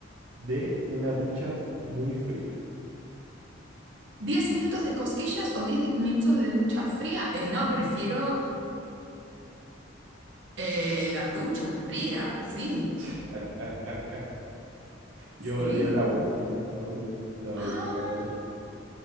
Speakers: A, on the right; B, on the right.
A: de una ducha muy fría?
B: ¿Diez minutos de cosquillas o diez di- minutos de ducha fría? Eh, no, prefiero eh, la ducha fría, sí,
A: <laughs> Yo
B: sí.
A: odio el agua fría, la odio, la
B: Ah,
A: odio, la odio.